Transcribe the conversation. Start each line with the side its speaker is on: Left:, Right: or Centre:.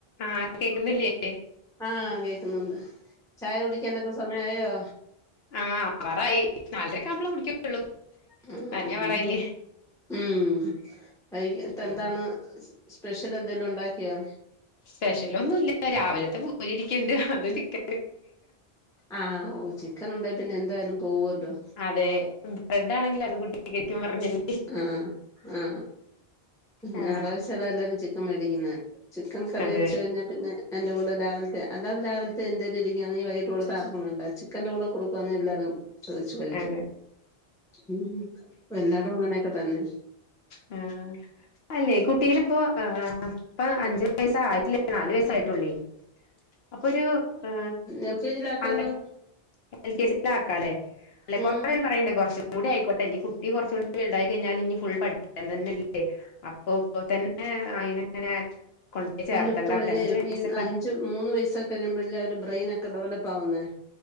Left: ആഹ് കേക്കുന്നില്ലേ
Centre: ആ കേക്ക്ന്നുണ്ട്. ചായ കുടിക്കാനൊക്കെ സമയായോ?
Left: ആ ആവാറായി നാലരക്കെ ആവുമ്പളെ കുടിക്കള്ളൂ
Centre: ഉം
Left: <unintelligible>
Centre: നമ്മള്
Left: പറയില്ലേ.
Centre: ഉം വൈകിട്ട്
Left: ആഹ്
Centre: എന്താണ് സ്പെഷ്യൽ എന്തെലും ഉണ്ടാക്കിയോ?
Left: സ്പെഷ്യലൊന്നുല്ല രാവിലത്തെ പൂരി ഇരിക്ക്ണ്ട് അതും ചിക്ക
Centre: ആ ഓ ചിക്കൻ ഉണ്ടേ പിന്നെ എന്തായാലും പോവുല്ലോ.
Left: അതെ ബ്രഡ് ആണെങ്കിൽ അത് കൂട്ടി <unintelligible>
Centre: ആ ആ
Left: ആഹ്
Centre: ഞായറാഴ്ചതല്ലാരും ചിക്കൻ മേടിക്കുന്നേ. ചിക്കൻ കറി
Left: അതെ
Centre: വെച്ച് കഴിഞ്ഞാ പിന്നെ അയ്ന്റെ കൂടെ രാവിൽത്തെ അല്ലാതെ രാവിൽത്തെ എന്തേരി ഇരിക്കാണെങ്കി വൈകിട്ട് കൊടുത്ത ആർക്കും വേണ്ട. ചിക്കന്റെ കൂടെ കൊടുക്കാന്നേ <unintelligible> ചോദിച്ചു കഴിക്കും
Left: അതെ
Centre: ഉം വല്ലാടും അങ്ങനെയക്കെ തന്നെ.
Left: ഉം അല്ലേ കുട്ടിയില് ഇപ്പോ ഏ ഇപ്പ അഞ്ച് വയസ്സായിട്ടില്ലേ നാല് വയസ്സായിട്ടൊള്ളേ. അപ്പൊ ഒരു ഏ
Centre: എൽ കെ ജിയിലാക്കാല്ലോ
Left: അംഗ എൽ കെ ജില് ആക്കാല്ലെ? അല്ലെ കൊറേ
Centre: ഉം
Left: പേര് പറയ്ണ്ടേ കൊർച്ച് കൂടി ആയിക്കോട്ടെ ഇഞ്ഞ് കുട്ടി കൊർച്ചൂടി ബൽതായി കയിഞ്ഞാല് ഇഞ്ഞി ഫുൾ പഠി <unintelligible> തന്നെല്ലേ അപ്പൊ ഇപ്പൊ തന്നെ അയിനങ്ങനെ കൊണ്ടോയി ചേർത്തണ്ട
Centre: അല്ല ഇപ്പഴല്ലേ
Left: <unintelligible> അഞ്ച് വയസ്സൊക്കെ
Centre: ഈ അഞ്ച് മൂന്ന് വയസൊക്കെ കഴിയുമ്പഴല്ലേ അവരെ ബ്രെയിനൊക്കെ ഡെവലപ്പാവുന്നേ.